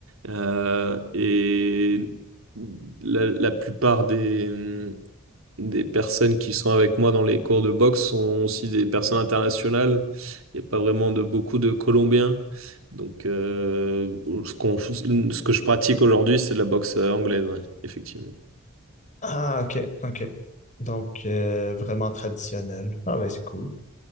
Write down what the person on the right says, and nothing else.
Euh, et la, la plupart des, des personnes qui sont avec moi dans les cours de boxe sont aussi des personnes internationales. Il n'y a pas vraiment de beaucoup de Colombiens. Donc, euh, ce qu'on, ce que je pratique aujourd'hui, c'est de la boxe euh, anglaise, ouais, effectivement.